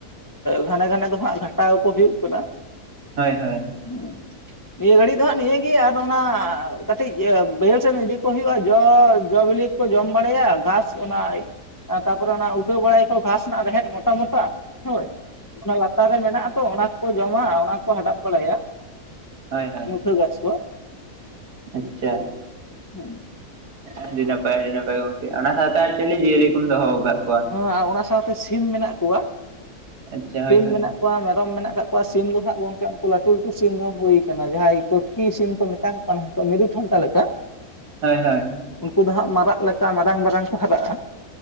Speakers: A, on the left; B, on the right.
A: ᱜᱷᱟᱱᱮ ᱜᱷᱟᱱᱮ ᱫᱚ ᱦᱟᱸᱜ ᱜᱷᱟᱴᱟ ᱟᱠᱚ ᱦᱩᱭᱩᱜ ᱠᱟᱱᱟ
B: ᱦᱳᱭ ᱦᱳᱭ
A: ᱦᱩᱸ ᱱᱤᱭᱟᱹ ᱜᱷᱟᱹᱲᱤᱡ ᱫᱚ ᱦᱟᱸᱜ ᱱᱤᱭᱟᱹᱜ ᱜᱮ ᱟᱨ ᱚᱱᱟ ᱠᱟᱹᱴᱤᱡ ᱵᱟᱹᱭᱦᱟᱹᱲ ᱥᱮᱱ ᱤᱫᱤ ᱠᱚ ᱦᱩᱭᱩᱜᱼᱟ ᱡᱚ ᱡᱚ ᱵᱤᱞᱤ <inaudible> ᱡᱚᱢ ᱵᱟᱲᱟᱭᱟ ᱜᱷᱟᱥ ᱚᱱᱟ ᱛᱟᱯᱚᱨᱮ ᱚᱱᱟ ᱩᱴᱟᱹ ᱵᱟᱲᱟᱭ ᱭᱟᱠᱚ ᱜᱷᱟᱥ ᱱᱟᱜ ᱨᱮᱦᱮᱫ ᱢᱚᱴᱟ ᱢᱚᱴᱟ ᱦᱳᱭ ᱚᱱᱟ ᱞᱟᱛᱟᱨ ᱨᱮ ᱢᱮᱱᱟᱜᱼᱟ ᱛᱚ ᱚᱱᱟ ᱠᱚ ᱡᱚᱢᱟ ᱚᱱᱟ ᱠᱚ ᱦᱟᱰᱟᱵ ᱵᱟᱲᱟᱭᱟ
B: ᱦᱳᱭ ᱦᱳᱭ
A: <inaudible> ᱜᱟᱪᱷᱚ ᱠᱚ
B: ᱟᱪᱪᱷᱟ
A: ᱦᱮᱸ
B: ᱟᱹᱰᱤ ᱱᱟᱯᱟᱭ ᱟᱹᱰᱤ ᱱᱟᱯᱟᱭ ᱜᱚᱝᱠᱮ ᱚᱱᱟ ᱥᱟᱶᱛᱮ ᱟᱨ ᱪᱤᱞᱤ ᱡᱤᱭᱟᱹᱞᱤ ᱠᱚᱢ ᱫᱚᱦᱚᱸ ᱟᱠᱟᱫ ᱠᱚᱣᱟ
A: ᱦᱚᱸ ᱟᱨ ᱚᱱᱟ ᱥᱟᱶᱛᱮ ᱥᱤᱢ ᱢᱮᱱᱟᱜ ᱠᱚᱣᱟ
B: ᱟᱪᱪᱷᱟ
A: ᱥᱤᱢ
B: ᱦᱳᱭ ᱦᱳᱭ
A: ᱢᱮᱱᱟᱜ ᱠᱚᱣᱟ ᱢᱮᱨᱚᱢ ᱢᱮᱱᱟᱜ ᱟᱠᱟᱫ ᱠᱚᱣᱟ ᱥᱤᱢ ᱫᱚ ᱦᱟᱸᱜ ᱜᱚᱝᱠᱮ ᱩᱱᱠᱩ ᱞᱟᱹᱴᱩ ᱞᱟᱹᱴᱩ ᱥᱤᱢ ᱫᱚᱦᱚᱸ ᱦᱩᱭ ᱠᱟᱱᱟ ᱡᱟᱦᱟᱸᱭ ᱯᱩᱴᱠᱤ ᱥᱤᱢ ᱠᱚ ᱢᱮᱛᱟ ᱠᱚ ᱠᱟᱱᱟ ᱢᱤᱨᱩ ᱴᱷᱚᱱᱴᱟ ᱞᱮᱠᱟ
B: ᱦᱳᱭ ᱦᱳᱭ
A: ᱩᱱᱠᱩ ᱫᱚ ᱦᱟᱸᱜ ᱢᱟᱨᱟᱜ ᱞᱮᱠᱟ ᱢᱟᱨᱟᱝ ᱢᱟᱨᱟᱝ ᱠᱚ ᱦᱟᱨᱟᱜᱼᱟ